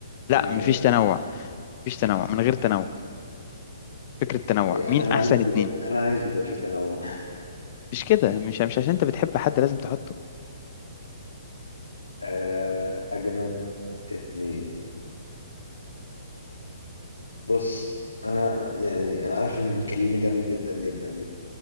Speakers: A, on the left; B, on the left.
A: لا
B: انا
A: مفيش تنوع مفيش تنوع من غير تنوع فكره تنوع
B: انا
A: مين احسن
B: عايز
A: اتنين
B: يبقى انا عايز يبقى فيه تنوع
A: مش كده مش مش عشان انت بتحب حد لازم تحطه
B: آه، اجمد اتنين بص انا يعني انا عارف ان ميكيليلي جامد جدا جدا